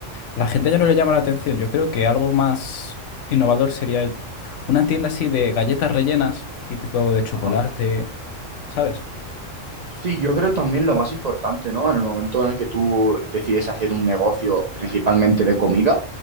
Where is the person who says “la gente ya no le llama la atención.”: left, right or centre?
Left